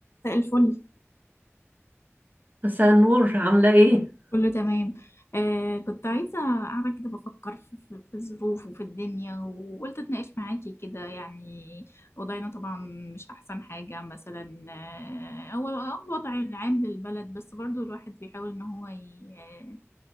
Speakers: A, on the left; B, on the right.
A: مساء الفل
B: مساء النور عاملة ايه؟
A: كله تمام آه كنت عايزة قاعدة كده بفكر في, في, في الظروف وفي الدنيا وقلت اتناقش معاكي كده يعني وضعنا طبعا مش أحسن حاجة مثلا آه هو هو الوضع العام للبلد بس برضو الواحد بيحاول إن هو ي- آه،